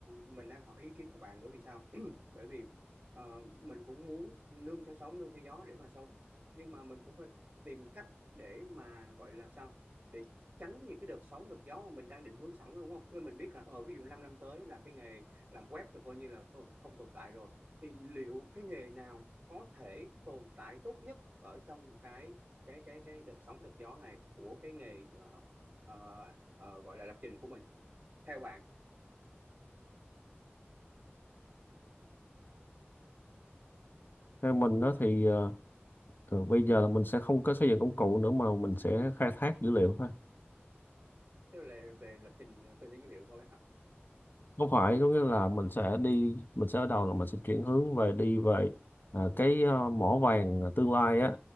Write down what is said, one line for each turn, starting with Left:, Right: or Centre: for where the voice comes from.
Right: mình đang hỏi ý kiến của bạn bởi vì sao <clears throat> bởi vì ờ, mình cũng muốn nương theo sóng nương theo gió để mà sống nhưng mà mình cũng phải tìm cách để mà gọi là sao để tránh những cái đợt sóng đợt gió mà mình đang định hướng sẵn đúng không Với mình biết là ở ví dụ 5 năm năm tới là cái nghề làm web là coi như là không không tồn tại rồi thì liệu cái nghề nào có thể tồn tại tốt nhất ở trong cái cái cái cái đợt sóng đợt gió này của cái nghề ờ, ờ, ờ, gọi là lập trình của mình theo bạn
Left: theo mình đó thì ờ, từ bây giờ là mình sẽ không có xây dựng công cụ nữa mà mình sẽ khai thác dữ liệu thôi
Right: tức là về lập trình cơ sở dữ liệu thôi hả
Left: không phải có nghĩa là mình sẽ đi mình sẽ ở đầu là mình sẽ chuyển hướng về đi về à, cái ờ, mỏ vàng tương lai á